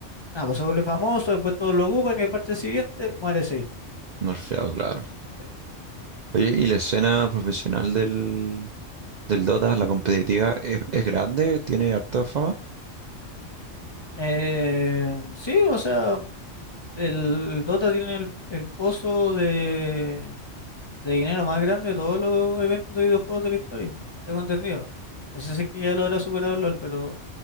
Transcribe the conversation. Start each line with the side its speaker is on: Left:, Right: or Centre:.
Left: nada, pues se vuelve famoso, después todos lo ocupan y el parche siguiente muere ese ítem.
Right: nerfeado, claro.
Left: Sí,
Right: Oye, ¿y la escena profesional del, del Dota, la competitiva es, es grande, tiene harta fama.
Left: Eh, sí, o sea, el, Dota tiene el, el pozo de de dinero más grande de todos los eventos de videojuegos de la historia. Tengo entendido. No sé si es que ya lo habrá superado el LOL, pero